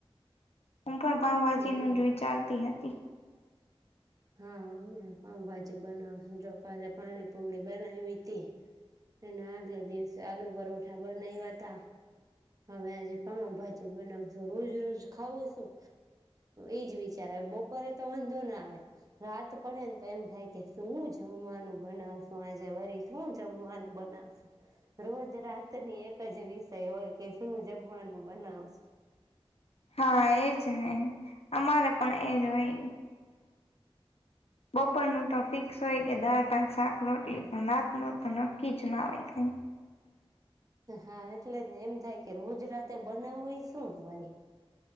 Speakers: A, on the left; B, on the right.
A: હું પણ પાવભાજી
B: હમ.
A: નું જ વિચારતી હતી.
B: હા અમે પાઉભાજી બનાવશું જો કાલે પાણી પુડી બનાયવી તી એના આગલે દિવસે આલુ પરોઠા બનાયવા તા. હવે આજે પાઉભાજી બનાવશું રોજ રોજ ખાવું શું એજ વિચાર આવે બપોરે તો વાંધો ના આવે રાત પડે ને તો એમ થાય કે શું જમવાનું બનાવશું આજે વરી શું જમવાનું બનાવશું રોજ રાતની એક જ વિષય હોય. કે શું જમવાનું બનાવશ.
A: હા એજ ને અમારે પણ એજ હોય. બપોરનું તો ફિક્સ હોય કે દાર પાચ શાક રોટલી પણ રાતનું તો નક્કી જ ના હોય કઈ.
B: હા એટલે જને એમ થાય કે રોજ રાતે બનાવુય શું વળી.